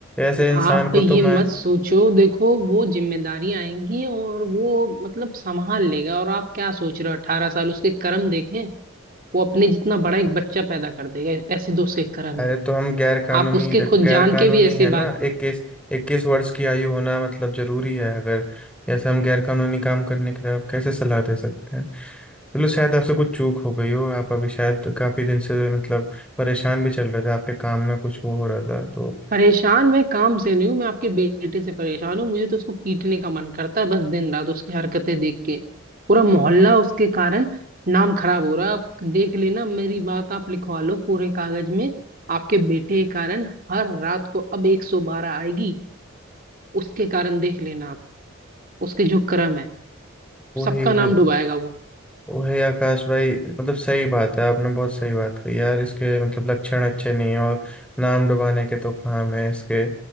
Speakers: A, in the centre; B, on the right.
A: ऐसे इंसान
B: आप
A: को
B: ये
A: तो मैं
B: मत सोचो देखो वो जिम्मेदारियां आएंगी और वो मतलब संभाल लेगा और आप क्या सोच रहे हो अठारह साल उसके कर्म देखें वो अपने जितना बड़ा एक बच्चा पैदा कर देगा ऐसे दोस्त के कर्म
A: अरे
B: है
A: तो हम गैर कानूनी
B: आप उसके
A: देखो
B: खुद
A: गैर
B: जान
A: कानूनी
B: के भी ऐसे
A: है ना
B: बात
A: इक्कीस इक्कीस वर्ष की आयु होना मतलब जरूरी है अगर जैसे हम गैर कानूनी काम करने के लिए आप कैसे सलाह दे सकते हैं चलो शायद आपसे कुछ चूक हो गई हो आप अभी शायद काफी दिन से मतलब परेशान भी चल रहे थे आपके काम में कुछ वो हो रहा था तो
B: परेशान मैं काम से नहीं हूँ मैं आपके बेटे से परेशान हूँ मुझे तो उसको पीटने का मन करता है बस दिन रात उसकी हरकतें देख के पूरा मोहल्ला उसके कारण नाम खराब हो रहा है आप देख लेना मेरी बात आप लिखवा लो पूरे कागज में आपके बेटे के कारण हर रात को अब एक सौ बारह आएगी उसके कारण देख लेना आप उसके जो कर्म है
A: वही
B: सबका
A: वही
B: नाम डुबाएगा वो
A: वही आकाश भाई मतलब सही बात है आपने बहुत सही बात कही यार इसके मतलब लक्षण अच्छे नहीं है और नाम डुबाने के तो काम है इसके